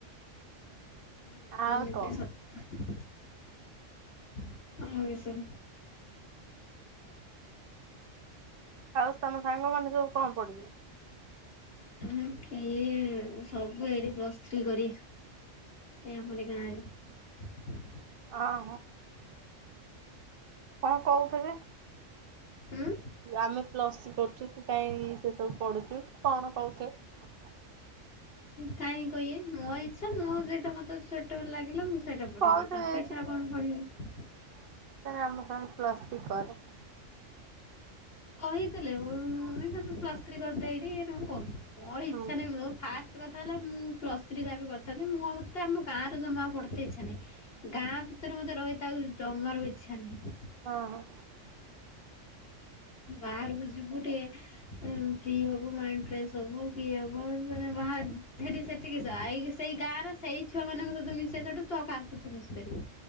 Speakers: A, on the left; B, on the right.
A: ହୁଁ
B: ଆଉ
A: ଆ ମିିନିଟେ
B: କଣ
A: ସାତ ହଁ, ସେ
B: ହଉ ତମ ସାଙ୍ଗମାନେ ସବୁ କଣ ପଢ଼ିବେ?
A: ଆ କିଏ ସବୁ ଏଇଠି ପ୍ଲସ୍ ଥ୍ରୀ କରି ଆମରି ଗାଁରେ।
B: ହଁ, କଣ କହୁଥିବେ?
A: ଉଁ
B: ଆମେ ପ୍ଲସ୍ ଥ୍ରୀ କରୁଛୁ ତୁ କାଇଁ ସେସବୁ ପଢୁଛୁ କି କଣ କହୁଥିବେ?
A: କାହିଁକି କହିବେ, ମୋ ଇଚ୍ଛା ମ ଯୋଉଟା ମତେ ସ୍ଵଟବେଲ ଲାଗିଲା ମୁ ସେଇଟା ପଢିବି
B: କହୁଥିବେ
A: ତାଙ୍କ ଇଛାରେ କଣ ପଢିବି।
B: ଆମର ପ୍ଲସ ଟୁ ପରେ
A: କହିଥିଲେ ମୁ ପ୍ଲସ ଥ୍ରୀ କରିଦେ ଏଠି ମୁଁ କହୁଥିଲି। ମୋର ଇଛା
B: ହୁଁ।
A: ନାହିଁ ଫାଷ୍ଟ କ କଥା ହେଲା ମୁଁ ପ୍ଲସ୍ ଥ୍ରୀ ଦାବି କରିଥାନ୍ତି ମୁଁ ମତେ ଆମ ଗାଁ ର ଜମା ପଢତେ ଇଚ୍ଛା ନାହିଁ ଗାଁ ଭିତରେ ମତେ ରହି ତା ଆଉ ଜମାର ଇଚ୍ଛା ନାହିଁ।
B: ହଁ।
A: ବାହାରକୁ ଯିବୁ ଟିକେ ଫ୍ରି ହବ ମାଇଣ୍ଡ ଫ୍ରେଶ ହବ କିଏ ହବ। ବା ସେଠି ସେଠିକିସ ସେଇ ଗାଁର ସେଇ ଛୁଆ ମାନଙ୍କ ସହିତ ମିଶେଇ ସେଠୁ ତୋ କାହା ସହିତ ମିଶି ପାରିବୁ